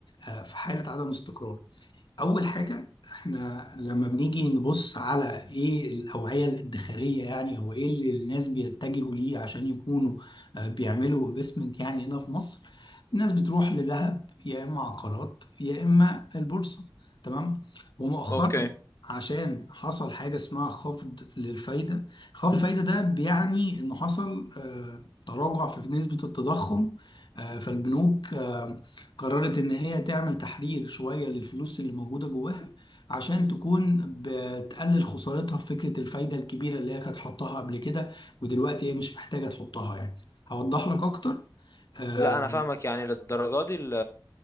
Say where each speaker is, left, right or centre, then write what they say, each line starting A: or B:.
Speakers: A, on the left (about 65°); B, on the left (about 35°).
A: آه، في حالة عدم استقرار اول حاجه احنا لما بنيجي نبص على ايه الاوعيه الادخاريه يعني او ايه اللي الناس بيتجهوا ليه عشان يكونوا آه، بيعملوا انفستمنت يعني هنا في مصر الناس بتروح لذهب يا اما عقارات يا اما البورصه تمام ومؤخرا
B: اوكي
A: عشان حصل حاجه اسمها خفض للفايده خفض الفايده ده بيعني انه حصل آه، تراجع في نسبه التضخم آه، فالبنوك آه، قررت ان هي تعمل تحرير شوية للفلوس اللي موجودة جواها عشان تكون بتقلل خسارتها في فكرة الفايدة الكبيرة اللي هي كانت حطها قبل كده ودلوقتي هي مش محتاجة تحطها يعني هوضح لك اكتر آه،
B: لا انا فاهمك يعني للدرجه دي ال-